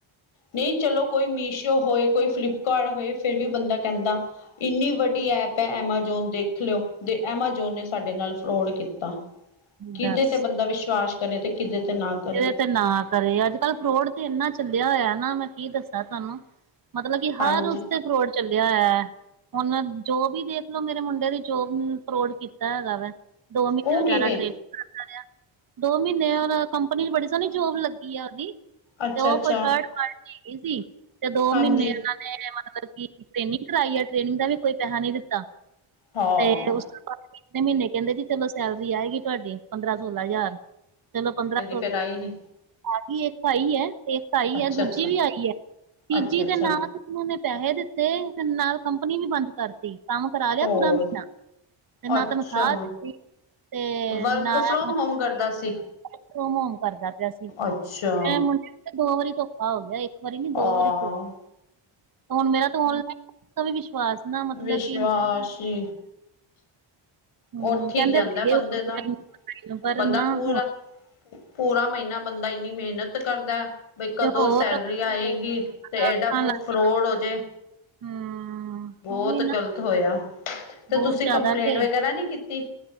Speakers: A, on the left; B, on the right.
A: ਨਈ ਚਲੋ ਕੋਈ ਮੀਸ਼ੋ ਹੋਏ, ਕੋਈ ਫਲਿੱਪਕਾਰਟ ਹੋਏ ਫੇਰ ਵੀ ਬੰਦਾ ਕੈਂਦਾ ਇੰਨੀ ਵੱਡੀ ਐਪ ਐ ਐਮਾਜੋਨ ਦੇਖ ਲੇਓ। ਦੇ ਐਮਾਜੋਨ ਨੇ ਸਾਡੇ ਨਾਲ ਫਰੋਡ ਕੀਤਾ, ਕੀਦੇ
B: ਦੱਸ
A: ਤੇ ਬੰਦਾ ਵਿਸ਼ਵਾਸ ਘਰੇ ਤੇ ਕੀਦੇ ਤੇ ਨਾ ਕਰੇ
B: ਇਹ ਤੇ ਨਾ ਕਰੇ। ਅੱਜ ਕੱਲ੍ਹ ਫਰੋਡ ਤੇ ਇੰਨਾ ਚੱਲਿਆ ਹੋਇਆ ਨਾ ਮੈਂ ਕੀ ਦੱਸਾਂ ਤੁਹਾਨੂੰ ਮਤਲਬ ਕਿ
A: ਹਾਂਜੀ
B: ਹਰ ਉਸਤੇ ਫਰੋਡ ਚੱਲਿਆ ਹੈ, ਹੁਣ ਜੋਬ ਵੀ ਦੇਖਲੋ ਮੇਰੇ ਮੁੰਡੇ ਦੀ ਜੋਬ ਫਰੋਡ ਕੀਤੀ ਕੀਤਾ ਹੈਗਾ ਵਾ ਦੋ ਮਹੀਨੇ
A: ਉਹ
B: ਵਿਚਾਰਾ
A: ਕਿਵੇਂ
B: ਟੇਨਿੰਗ ਕਰਦਾ ਰਿਹਾ, ਦੋ ਮਹੀਨੇ ਉਹ ਕੰਪਨੀ 'ਚ' ਬੜੀ ਸੋਣੀ ਜੋਬ ਲੱਗੀ ਆ ਉਹਦੀ।
A: ਅੱਛਾ
B: ਤੇ ਉਹ
A: ਅੱਛਾ
B: ਕੋਈ ਥਰਡ ਪਾਰਟੀ ਹੈਗੀ ਸੀ, ਤੇ ਦੋ
A: ਹਾਂਜੀ
B: ਮਹੀਨੇ ਏਨਾਂ ਨੇ ਮਤਲਬ ਕਿ ਟ੍ਰੇਨਿੰਗ ਕਰਾਈ ਏ ਟ੍ਰੇਨਿੰਗ ਦਾ ਵੀ ਕੋਈ ਪੈਹਾ ਨੀ ਦਿੱਤਾ
A: ਹਾਂ
B: ਤੇ ਉਸ ਤੀਸਰੇ ਮੀਨੇ ਕੈਂਦੇ ਜੀ, ਚਲੋ ਸੈਲਰੀ ਆਏਗੀ ਤੁਹਾਡੀ ਪੰਦਰਾਂ-ਸੋਲਾਂ ਹਜ਼ਾਰ ਚਲੋ ਪੰਦਰਾਂ
A: ਫੇਰ ਆਈ ਨੀ
B: ਹਾਜੀ ਇੱਕ ਪਾਈ ਆ, ਇੱਕ ਆਈ
A: ਅੱਛਾ
B: ਆ ਦੂਜ਼ੀ
A: ਅੱਛਾ
B: ਵੀ ਆਈ ਆ ਤੀਜੀ
A: ਅੱਛਾ ਅੱਛਾ
B: ਦੇ ਨਾਲ ਉਨਾਂ ਨੇ ਪੈਹੇ ਦਿੱਤੇ ਫੇਰ ਨਾਲ ਕੰਪਨੀ ਵੀ ਬੰਦ ਕਰਤੀ ਕੰਮ ਕਰਾ ਲਿਆ
A: ਹੋਰ
B: ਪੂਰਾ ਮੀਨਾ ਤੇ ਨਾ
A: ਅੱਛਾ
B: ਤਨਖਾਹ ਦਿੱਤੀ, ਤੇ
A: ਵਰਕ
B: ਨਾ
A: ਫਰੋਮ
B: <unintelligible>
A: ਹੋਮ ਕਰਦਾ ਸੀ
B: ਰੋਮ ਹੋਮ ਕਰਦਾ ਪਿਆ ਸੀ
A: ਅੱਛਾ
B: ਐ, ਮੁੰਡੇ ਦੋ ਵਾਰੀ ਧੋਖਾ ਹੋ ਗਿਆ, ਇੱਕ ਵਾਰੀ ਨੀ ਦੋ
A: ਹਾਂ
B: ਵਾਰੀ ਹੁਨ ਮੇਰਾ ਤਾਂ ਔਲਾਈਨ ਵੀ <unintelligible> ਵਿਸ਼ਵਾਸ ਨਾ ਮਤਲਬ
A: ਵਿਸ਼ਵਾਸੀ
B: ਕਿ ਹੂੰ
A: ਉਹਥੀ
B: ਕਹਿੰਦੇ
A: ਜਾਂਦਾ
B: ਸੀਗੇ
A: ਬੰਦੇ
B: ਔਨਲਾਈਨ
A: ਦਾ
B: ਪਰ
A: ਬੰਦਾ
B: ਨਾ
A: ਪੂਰਾ।
B: ਹੁਣ
A: ਪੂਰਾ ਮਈਨਾ ਬੰਦਾ ਏਨੀ ਮਿਹਨਤ ਕਰਦੈ ਬਈ ਕਦੋਂ
B: ਤੇ ਹੋਰ
A: ਸੈਲਰੀ ਆਏਗੀ ਤੇ
B: ਅੱਖਾਂ
A: ਇਡਾ
B: ਲੱਗ
A: ਫਰੋਡ ਹੋ ਜੇ।
B: ਹੂੰ
A: ਬੋਤ
B: ਉਹੀ ਨਾ
A: ਗ਼ਲਤ ਹੋਏਆ, ਤੇ
B: ਬਹੁਤ
A: ਤੁਸੀਂ
B: ਜ਼ਿਆਦਾ
A: ਕੰਪਲੇਂਟ
B: ਕੇ
A: ਵਗੈਰਾ ਨੀ ਕੀਤੀ?